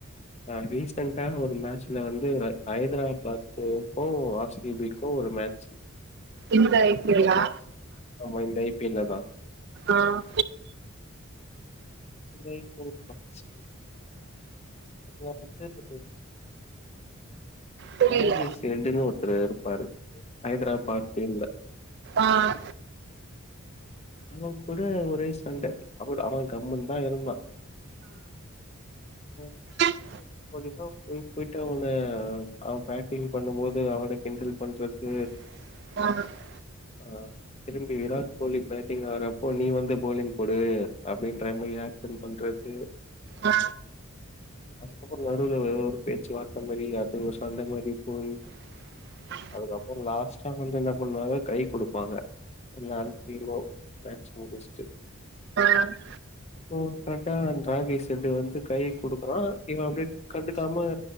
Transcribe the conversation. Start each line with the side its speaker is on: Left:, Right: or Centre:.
Left: அ ரிசாண்டா ஒரு மேட்சல வந்து ஹைதராபாத் ஹைதராபாத்க்கும் ஆர் சிபி க்கு ஒரு மேட்சி
Right: இந்த ஐ பி
Left: அந்த
Right: எல் லா
Left: மே ஆமா இந்த ஐ பி எல் ல தா
Right: ஆஹ்
Left: <unintelligible> மேட்ச் <unintelligible>
Right: புரியல
Left: பாரிஸ் என்டுன்னு ஒருத்தரு இருப்பாரு ஹைதராபாத் இல்ல
Right: ஆஹ்
Left: அவ கூட ஒரே சண்ட அவ அவ கம்முனு தா இருந்தா ஓ
Right: ஆ
Left: பொழுதென்னிக்கு போய் போய்ட்டு அவனை அவ பேக்கிங் பண்ணும் போது அவனை கிண்டல் பண்றது
Right: <unintelligible>
Left: ஆ திரும்பி விராட் கோலி பேட்டிங் ஆர்றப்போ நீ வந்து போலிங் போடு அப்டின்ற மாதிரி ஆகஷன் பண்றது
Right: ஆ
Left: அதுக்கப்பற நடுல ஒரு பேச்சு வார்த்த மாதிரி அது ஒரு சண்ட மாதிரி போய்
Right: <unintelligible>
Left: அதுக்கப்பற லாஸ்ட்டா வந்து என்ன பண்ணுவாங்க கை கொடுப்பாங்க எல்லாரு <inaudible>
Right: அ <inaudible>
Left: ஓ <unintelligible> செண்டு வந்து கை குடுக்குறா இவ அப்டியே கண்டுக்காம